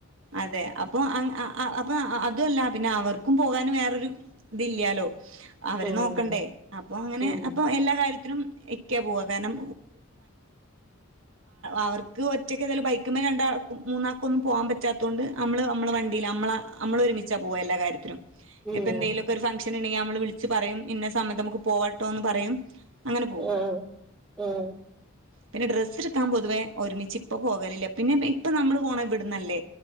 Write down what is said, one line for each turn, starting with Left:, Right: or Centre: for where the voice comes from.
Right: അതെ അപ്പൊ അപ്പൊ അതല്ല പിന്നെ അവർക്കും പോകാനും വേറൊരു ഇതില്ലാലോ അവര്
Centre: ആഹ്
Right: നോക്കണ്ടേ അപ്പൊ അങ്ങനെ
Centre: ഉം
Right: അപ്പൊ എല്ലാ കാര്യത്തി ഇക്ക്യ പോവുക കാരണം അവർക്ക് ഒറ്റക്ക് ഏതായാലും ബൈക്കിമ്മേ രണ്ടാൾ മൂന്നാൾക്ക് ഒന്നും പോകാൻ പറ്റാത്തകൊണ്ട് നമ്മള് നമ്മള വണ്ടി നമ്മള നമ്മൾ ഒരുമിച്ചാ പോകുക എല്ലാ കാര്യത്തിലും
Centre: ഉം
Right: ഇപ്പം എന്തെങ്കിലുമൊക്കെ ഒരു ഫങ്ഷൻ ഉണ്ടെങ്കിൽ നമ്മള് വിളിച്ച് പറയും ഇന്ന സമയത്ത് നമുക്ക് പോവട്ടോന്ന് പറയും അങ്ങനെ പോവും
Centre: ആഹ് ആഹ്
Right: പിന്നെ ഡ്രസ്സ് എടുക്കാൻ പൊതുവേ ഒരുമിച്ച് ഇപ്പോൾ പോകലില്ല പിന്നെ ഇപ്പൾ നമ്മൾ പോകണ ഇവിടുന്നല്ലേ